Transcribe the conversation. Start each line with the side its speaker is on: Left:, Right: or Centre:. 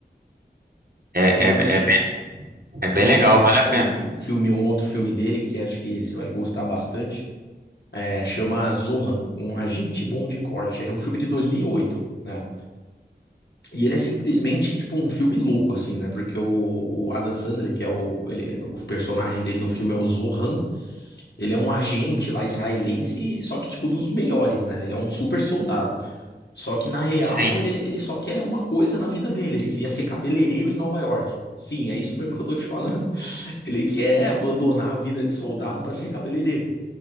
Right: É,
Left: tem
Right: é,
Left: um,
Right: é, bem, é bem
Left: tem um,
Right: legal, vale
Left: tem um
Right: a pena.
Left: filme, um outro filme dele que acho que você vai gostar bastante. É, chama Zohan, um agente bom de corte. É de um filme de 2008, né? E ele é simplesmente, tipo, um filme louco, assim, né? Porque o, o Adam Sandler, que é o, ele, o personagem dele no filme é o Zohan, ele é um agente lá israelense, só que, tipo, dos melhores, né? Ele é um super soldado. Só que, na real,
Right: Sim.
Left: ele, ele só quer uma coisa na vida dele. Ele queria ser cabeleireiro em Nova York. Sim, é isso mesmo que eu tô te falando. <laughs> Ele quer abandonar a vida de soldado pra ser cabeleireiro.